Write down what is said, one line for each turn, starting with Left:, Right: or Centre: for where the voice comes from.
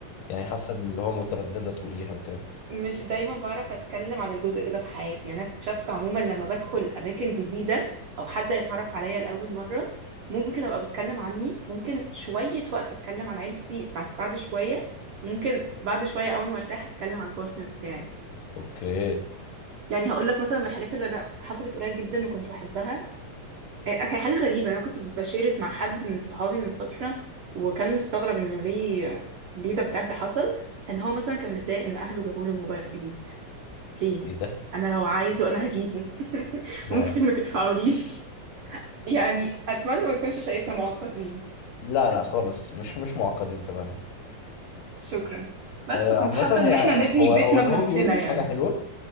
Left: يعني حاسة ان اللي هو مترددة تقوليها وكده
Right: مش دايما بعرف اتكلم عن الجزء ده في حياتي يعني انا اكتشفت عموما لما بدخل اماكن جديده او حد يتعرف عليا لاول مره ممكن ابقى بتكلم عني ممكن شويه وقت اتكلم عن عيلتي بس بعد شويه ممكن بعد شويه اول ما ارتاح اتكلم عن البارتنر بتاعي
Left: اوكي
Right: يعني هقول لك مثلا من الحاجات اللي انا حصلت قريب جدا وكنت بحبها آه، هي حاجه غريبه انا كنت بشيرت مع حد من صحابي من فتره وكان مستغرب انه ليه ليه ده بجد حصل ان هو مثلا كان متضايق ان اهله جابوا له موبايل جديد ليه
Left: ايه ده
Right: انا لو عايزه انا هجيبه <laughs>
Left: يا
Right: ممكن ما تدفعوليش يعني أتمنى ما نكونش شايفنا معقدين
Left: لا لا خالص مش مش معقدين تماما
Right: شكرا بس
Left: آه،
Right: فكنت
Left: عامة
Right: حابة إن
Left: هي
Right: إحنا نبني
Left: هو
Right: بيتنا
Left: هو اللي
Right: بنفسنا
Left: هو بيقوله دي
Right: يعني
Left: حاجة حلوة